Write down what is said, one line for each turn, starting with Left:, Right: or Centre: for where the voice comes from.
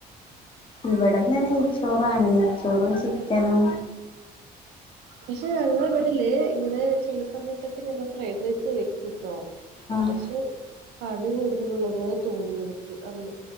Left: ഇവിടെ ഇന്ന് നെയ്ച്ചോറാണ് നെയ്ച്ചോറും ചിക്കനും.
Right: പക്ഷെ അങ്ങനെ വിടില്ലേ ഇങ്ങനെ ചെല സമയത്തൊക്കെ ഞങ്ങൾ ഫ്രൈഡ് റൈസ് വെക്കുട്ടോ.
Left: ആഹ്
Right: പക്ഷെ പണി കൂടുതലുള്ള പോലെ തോന്നി എനിക്ക് അന്ന്.